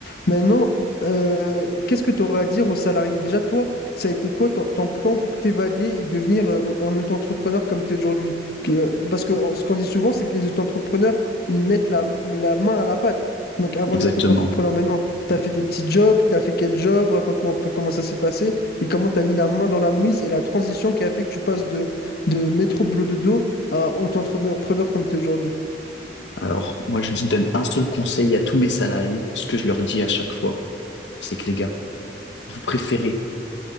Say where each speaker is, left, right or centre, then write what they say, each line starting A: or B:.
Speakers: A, on the left; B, on the left.
A: Maintenant, euh, qu'est-ce que tu aurais à dire aux salariés? Déjà, toi, ça a été quoi ton, ton plan pour t'évader et devenir euh, un auto-entrepreneur comme tu es aujourd'hui? Qui, euh, Parce que en- ce qu'on dit souvent, c'est que les auto-entrepreneurs, ils mettent la, la main à la pâte. Donc, avant
B: Exactement.
A: d'être auto-entrepreneur, maintenant, tu as fait des petits jobs, tu as fait quel job? Raconte-moi un peu comment ça s'est passé et comment tu as mis la main dans la mouise et la transition qui a fait que tu passes de, de métro boulot dodo à auto-entrepreneur comme tu es aujourd'hui?
B: Alors, moi, je donne un seul conseil à tous mes salariés. Ce que je leur dis à chaque fois, c'est que les gars, vous préférez